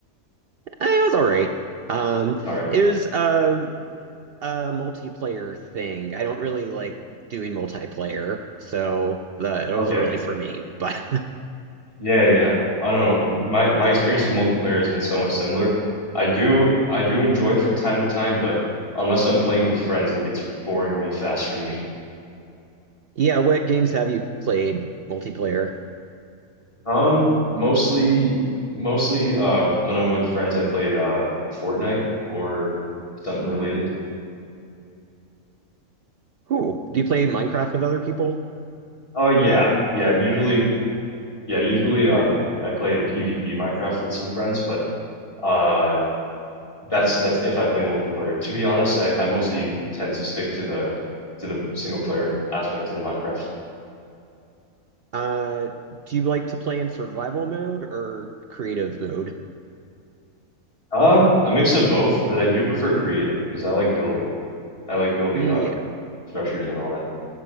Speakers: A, on the right; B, on the left.
A: Eh, It was all right. Um
B: All right.
A: it was um a multiplayer thing. I don't really like doing multiplayer, so that it
B: Okay.
A: wasn't really for me. But
B: Yeah, yeah. I don't know. My my experience with multiplayer has been somewhat similar. I do I do enjoy it from time to time, but unless I'm playing with friends, it gets boring real fast for me. <laughs>
A: <laughs> yeah, what games have you played multiplayer?
B: Um, mostly mostly uh when I'm with friends, I play uh Fortnite or something related.
A: Cool. Do you play Minecraft with other people?
B: Oh yeah. Yeah, usually yeah, usually um I play PvP Minecraft with some friends, but uh That's that's if I play multiplayer. To be honest, I, I mostly tend to stick to the to the single player aspect in Minecraft.
A: Uh, do you like to play in survival mode or creative mode?
B: Uh, a mix of both, but I do prefer creative because I like building. I like building
A: Yeah,
B: um structures and all that.